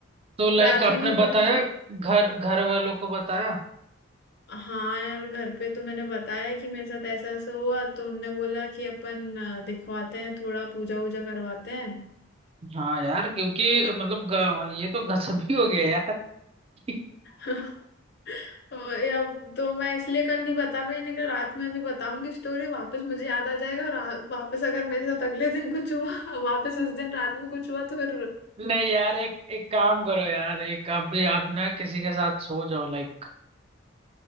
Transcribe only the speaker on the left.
रात
में नहीं बोला
मैंने
हाँ यार घर पे तो मैंने बताया कि मेरे साथ ऐसा ऐसा हुआ तो उनने बोला कि अपन अ, दिखवाते हैं थोड़ा पूजा वूजा करवाते हैं
<laughs> वही अब तो मैं इसलिए कल नहीं बता पाई नहीं कहा रात में अभी बताऊंगी स्टोरी वापस मुझे याद आ जाएगा और आ- वापस अगर मेरे साथ अगले दिन कुछ हुआ <laughs> वापस उस दिन रात में कुछ हुआ तो फिर